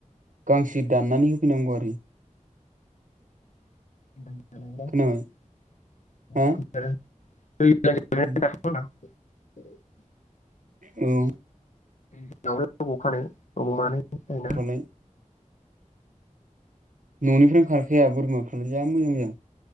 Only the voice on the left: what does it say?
<unintelligible>
<unintelligible>
<inaudible>
जोंनावहाय बबावखानो अबाव मानो <inaudible>
ना